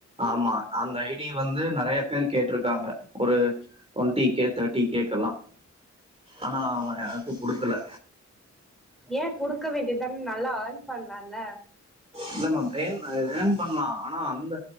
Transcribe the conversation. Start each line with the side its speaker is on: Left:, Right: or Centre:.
Right: ஆமா அந்த ஐடி வந்து நறயா பேர் கேட்ருக்காங்க ஒரு ட்வென்டி கே தேர்ட்டி கேக்கெல்லா ஆனா அவே யாருக்கு குடுக்கல
Centre: ஏ குடுக்க வேண்டிதானே நல்லா ஏர்ன் பண்லால்ல
Right: இல்ல மேம் ஏன் ஏர்ன் பண்லா ஆனா அந்த